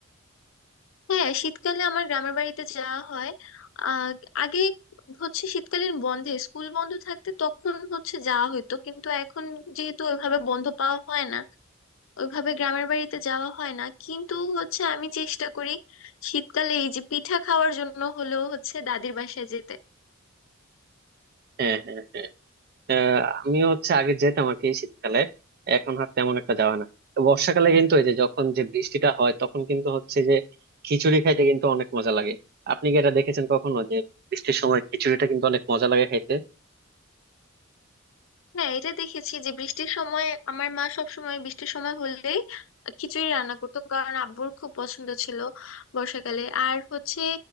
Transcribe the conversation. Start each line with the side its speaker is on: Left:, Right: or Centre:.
Left: হ্যাঁ শীতকালে আমার গ্রামের বাড়িতে যাওয়া হয় আহ আগে হচ্ছে শীতকালীন বন্ধে স্কুল বন্ধ থাকতে তখন হচ্ছে যাওয়া হতো কিন্তু এখন যেহেতু ওইভাবে বন্ধ পাওয়া হয় না ওইভাবে গ্রামের বাড়িতে যাওয়া হয় না কিন্তু হচ্ছে আমি চেষ্টা করি শীতকালে এই যে পিঠা খাওয়ার জন্য হলেও হচ্ছে দাদির বাসায় যেতে
Right: হ্যাঁ হ্যাঁ হ্যাঁ আহ, আমিও হচ্ছে আগে যেতাম আর কি শীতকালে এখন আর তেমন একটা যাওয়া না তো বর্ষাকালে কিন্তু এই যে যখন যে বৃষ্টিটা হয় তখন কিন্তু হচ্ছে যে খিচুড়ি খাইতে কিন্তু অনেক মজা লাগে আপনি কি এটা দেখেছেন কখনো যে বৃষ্টির সময় খিচুড়িটা কিন্তু অনেক মজা লাগে খাইতে
Left: হ্যাঁ এটা দেখেছি যে বৃষ্টির সময় আমার মা সব সময় বৃষ্টির সময় হলেই খিচুড়ি রান্না করতো কারণ আব্বুর খুব পছন্দ ছিল বর্ষাকালে আর হচ্ছে